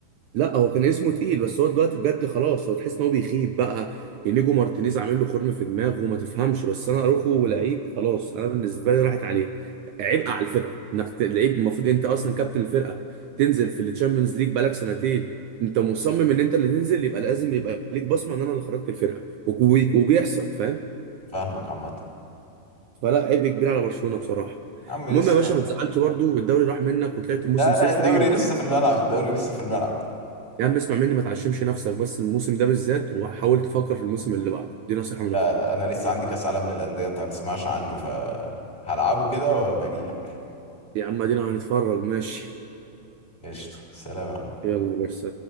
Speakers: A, on the right (about 75°); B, on the left (about 15°).
A: لا هو كان اسمه تقيل بس هو دلوقتي بجد خلاص هو تحس ان هو بيخيب بقى انيجو مارتينيز عامل له خرم في دماغه ما تفهمش بس انا اروخو لعيب خلاص انا بالنسبه لي راحت عليه عبء على الفرقه انك ت- لعيب المفروض انت اصلا كابتن الفرقه تنزل في التشامبيونز ليج بقالك سنتين انت مصمم ان انت اللي تنزل يبقى لازم يبقى ليك بصمه ان انا اللي خرجت الفرقه وك- وبيحصل فاهم
B: فاهمك عامه
A: فلا عبء كبير على برشلونه بصراحه
B: يا عم لسه
A: المهم يا باشا ما تزعلش برضو الدوري راح منك وطلعت الموسم
B: لا
A: صفري
B: لا الدوري لسه
A: بس
B: في الملعب الدوري لسه في الملعب
A: يا عم اسمع مني ما تعشمش نفسك بس الموسم ده بالذات وحاول تفكر في الموسم اللي بعده دي نصيحة من
B: لا
A: اخوك
B: لا انا لسه عندي كاس عالم للانديه انت ما تسمعش عنه فهلعبه كده وابقى اجي لك
A: يا عم ادينا هنتفرج ماشي
B: قشطه سلام يا اخوي
A: يلا بس